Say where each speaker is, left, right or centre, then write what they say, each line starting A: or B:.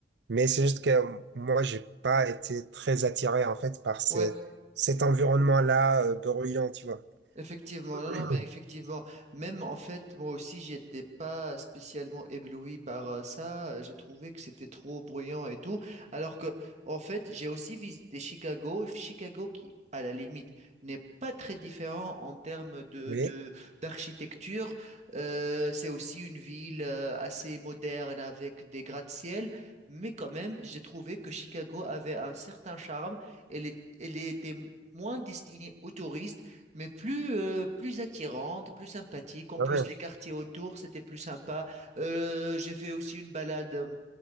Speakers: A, on the right; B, on the right.
A: Mais c'est juste que euh, moi, j'ai pas été très attiré en fait par ce-
B: ouais,
A: cet environnement-là euh, bruyant, tu vois.
B: Effectivement,
A: <clears throat>
B: non, non, mais effectivement, même en fait, moi aussi, j'étais pas spécialement ébloui par euh, ça. Euh, J'ai trouvé que c'était trop bruyant et tout. Alors que, en fait, j'ai aussi visité Chicago. Chicago qui, à la limite, n'est pas très différent en termes de,
A: Mhm.
B: de-
A: Oui.
B: d'architecture. Euh, c'est aussi une ville euh, assez moderne avec des gratte-ciel. Mais quand même, j'ai trouvé que Chicago avait un certain charme. Elle est- elle était moins destinée aux touristes mais plus, euh, plus attirante, plus sympathique. En
A: Ouais.
B: plus, les quartiers autour, c'était plus sympa. Euh, j'ai fait aussi une balade. euh,